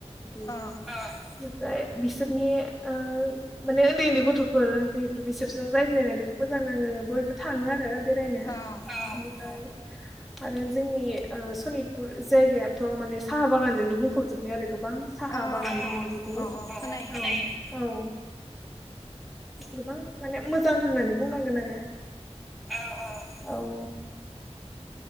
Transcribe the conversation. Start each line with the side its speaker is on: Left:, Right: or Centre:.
Centre: ।
Left: औ
Centre: ओमफ्राय बिसोरनि ओ माने उन्दै उन्दै गथ'फोर जिहेतु बिसोरजों रायज्लायनानै मोजां नाङो बयबो थाङो आरो बेरायनो
Left: औ
Centre: बेनिफ्राय आरो जोंनि ओ सनितपुर जायगायाथ' माने साहा बागानजोंनो बुंफबजोबनाय आरो गोबां साहा
Left: औ
Centre: बागान दङ बिदि
Left: औ औ खोनायो
Centre: औ औ गोबां माने मोजां होननानै बुंनांगोन आरो औ औ औ